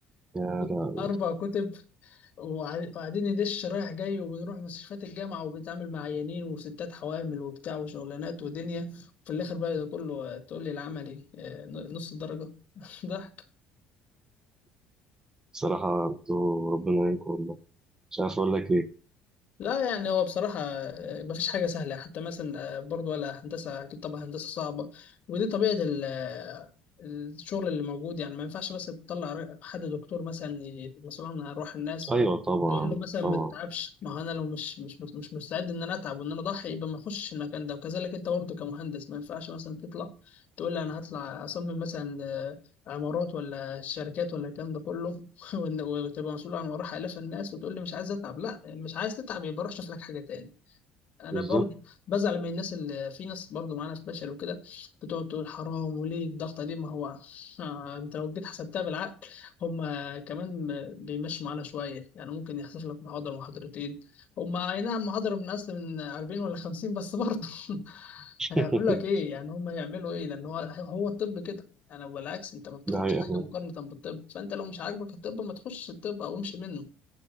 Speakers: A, on the right; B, on the left.
A: يا
B: <laughs>
A: لا
B: اربع كتب وقع- وقاعدين ندش رايح جاي وبنروح مستشفيات الجامعة وبنتعامل مع عيانين وستات حوامل وبتاع وشغلانات ودنيا وفي الآخر بقى ده كله آه، تقول لي العملي آه، نص الدرجة <laughs> ضحك
A: بصراحة أنتوا ربنا يعينكم والله مش عارف أقول لك إيه
B: لا يعني هو بصراحة آه، مفيش حاجة سهلة حتى مثلا آه، برضو ولا هندسة أكيد طبعا هندسة صعبة ودي طبيعة ال- آه، الشغل اللي موجود يعني ما ينفعش مثلا تطلع ر- حد دكتور مثلا ي- مسؤول عن أرواح الناس
A: أيوة طبعا
B: تقول له مثلا ما
A: طبعا
B: تتعبش ما هو أنا لو مش مش مش مستعد إن أنا أتعب وإن أنا أضحي يبقى ما أخشش المكان ده وكذلك أنت برضه كمهندس ما ينفعش مثلا تطلع تقول لي أنا هطلع أصمم مثلا آه، عمارات ولا شركات ولا الكلام ده كله <laughs> وإن- وتبقى مسؤول عن وراح آلاف الناس وتقول لي مش عايز أتعب لا مش عايز تتعب يبقى روح شوف لك حاجة تاني انا
A: بالظبط
B: برضو بزعل من الناس اللي في ناس برضو معانا في بشر وكده بتقعد تقول حرام وليه الضغطه دي ما هو آه، انت لو جيت حسبتها بالعقل هم كمان بيمشوا معانا شويه يعني ممكن يحصل لك محاضره محاضرتين هم اي نعم محاضره من اصل من 40 ولا 50 بس برضو <laughs>
A: <laughs>
B: هيقول لك ايه يعني هم يعملوا ايه لان هو هو الطب كده يعني بالعكس انت ما بتاخدش
A: ده حقيقة
B: حاجه
A: فعلا.
B: مقارنه بالطب فانت لو مش عاجبك الطب ما تخش الطب او امشي منه